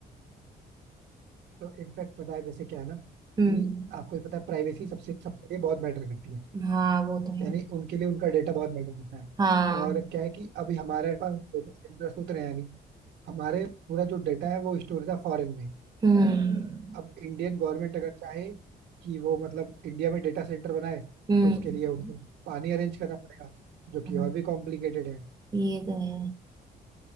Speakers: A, on the right (about 80°); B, on the right (about 25°).
A: तो इनफैक्ट पता है जैसे क्या है ना कि
B: हम्म
A: आपको ही पता है प्राइवेसी सबसे सबके लिए बहुत मैटर करती है
B: हाँ वो तो है
A: यानी उनके लिए उनका डेटा बहुत मैटर करता है
B: हाँ
A: और क्या है कि अभी हमारे पास डेटा सेंटर्स तो उतरे हैं नहीं हमारे पूरा जो डेटा है वो स्टोर था फॉरेन में
B: हम्म
A: अब इंडियन गवर्नमेंट अगर चाहे कि वो मतलब इंडिया में डेटा सेंटर बनाए
B: हम्म
A: तो उसके लिए उन्हें पानी अरेंज करना पड़ेगा जो
B: हाँ,
A: कि और भी कॉम्प्लिकेटेड है
B: ये तो है